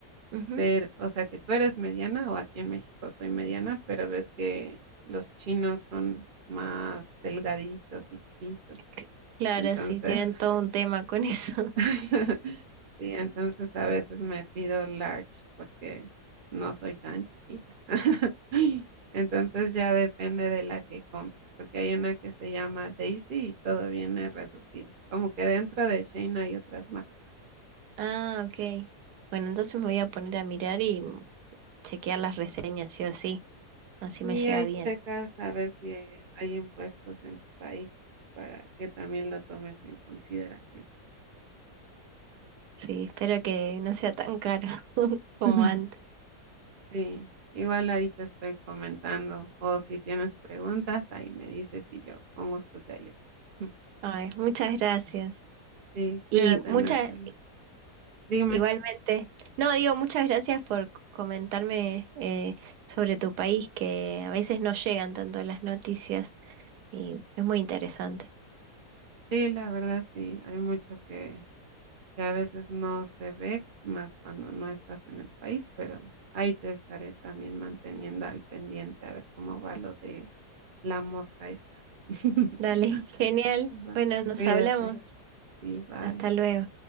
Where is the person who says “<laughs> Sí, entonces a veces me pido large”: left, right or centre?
Right